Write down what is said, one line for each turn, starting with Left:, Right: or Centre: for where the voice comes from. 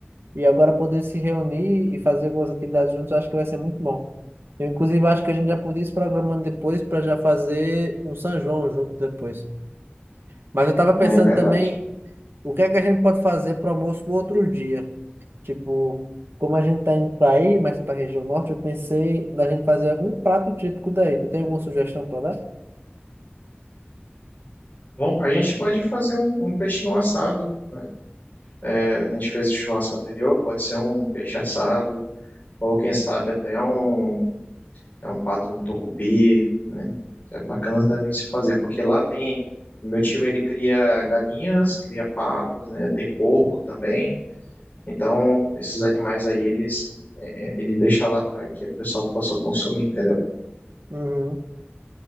Right: E agora poder se reunir e fazer algumas atividades juntos, eu acho que vai ser muito bom. Eu, inclusive, acho que a gente já podia ir se programando depois para já fazer um São João junto depois. Mas eu tava
Left: Uhum.
Right: pensando
Left: É verdade.
Right: também O que é que a gente pode fazer para o almoço do outro dia? Tipo, como a gente tá indo para aí, mais para a região norte, eu pensei da gente fazer algum prato típico daí. Tu tem alguma sugestão para dar?
Left: Bom, a gente pode fazer um, um peixinho assado, né? É, a gente fez o churrasco anterior, pode ser um peixe assado, ou quem sabe até um, é um pato no tucupi, né? Isso é bacana também de se fazer, porque lá tem, meu tio ele cria galinhas, cria patos, né? Tem porco também, Então, esses animais aí, eles é, ele deixa lá para que o pessoal possa consumir, entendeu?
Right: Uhum.